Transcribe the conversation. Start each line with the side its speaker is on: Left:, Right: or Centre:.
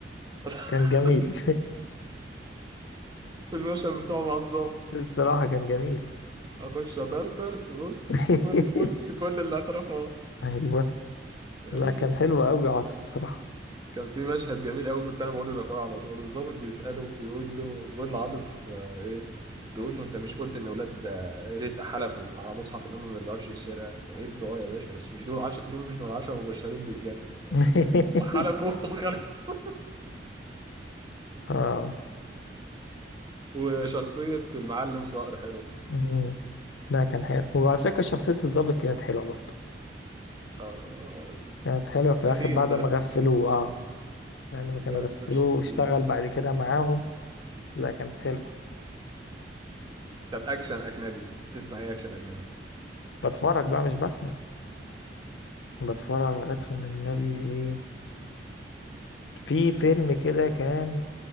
Right: <laughs>
Left: كان جميل
Right: في المشهد بتاعه مع الظابط
Left: <laughs> الصراحة كان جميل
Right: اخش اطرطر بص
Left: <laughs>
Right: تكون قلت كل اللي اعترفه
Left: ايوه
Right: يا
Left: لا
Right: باشا
Left: كان حلو قوي عاطف الصراحة
Right: كان في مشهد جميل قوي كنت انا بقوله لاخويا على طول الضابط بيساله بيقول له بيقول لعاطف آه، ايه بيقول له انت مش قلت ان ولاد آه، رزق حلفوا على مصحف ان هم ما يرجعوش للسرقه قايل له اه يا باشا بس مش دول عش... دول مش من العشره المبشرين بالجنه يعني
Left: <laughs>
Right: هم حلفوا <laughs> وخلفوا
Left: اه
Right: وشخصيه المعلم صقر حلوه
Left: مم. ده كان حلو وعلى فكرة شخصية الضابط كانت حلوة برضه
Right: اه
Left: كانت حلوة
Right: التخين
Left: في الآخر بعد
Right: ده
Left: ما غفلوه اه بعد ما كانوا
Right: جامد
Left: غفلوه
Right: فشخ والله
Left: واشتغل بعد كده معاهم لا كانت حلوة
Right: طب اكشن اجنبي بتسمع ايه اكشن اجنبي
Left: بتفرج بقى مش بسمع بتفرج على أكشن أجنبي إيه في فيلم كده كان